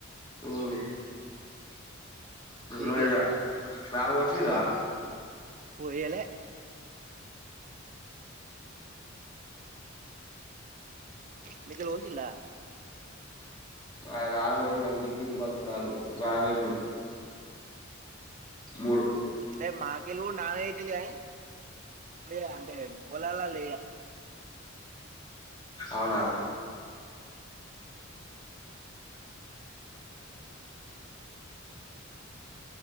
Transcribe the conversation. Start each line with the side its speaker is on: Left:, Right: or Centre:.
Left: మ్ దున్నియ్యలే
Right: మీకెళ్ళి
Left: నారు పోసింరా
Right: పోయలే మీ కెళ్ళి పోసిల్ల
Left: ఆ నారు పోసినాం బిపిటీ బత్తనారు వేసినం మూడు
Right: అంటే మాకెలుగు నానేయితులిగా లే అంటే పొలాల లేయా
Left: అవునా